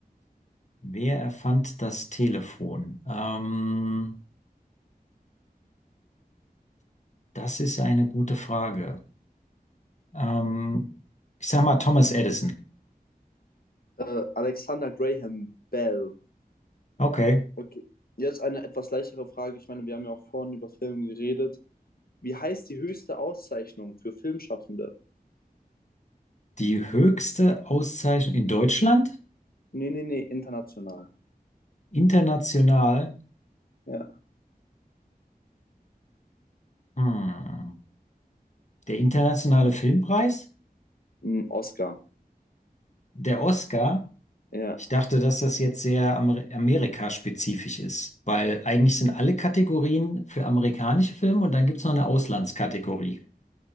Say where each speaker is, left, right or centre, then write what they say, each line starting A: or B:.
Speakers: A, on the left (about 50°); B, on the left (about 70°).
A: Wer erfand das Telefon? Ähm, das ist eine gute Frage. Ähm, ich sag mal Thomas Edison.
B: Äh, Alexander Graham Bell.
A: Okay.
B: Okay. Jetzt eine etwas leichtere Frage. Ich meine, wir haben ja auch vorhin über Filme geredet. Wie heißt die höchste Auszeichnung für Filmschaffende?
A: Die höchste Auszeichnung in Deutschland?
B: Nee, nee, nee, international.
A: International?
B: Ja.
A: Hm. Der Internationale Filmpreis?
B: Ein Oscar.
A: Der Oscar?
B: Ja.
A: Ich dachte, dass das jetzt sehr Amer Amerikaspezifisch ist, weil eigentlich sind alle Kategorien für amerikanische Filme und dann gibt es noch eine Auslandskategorie.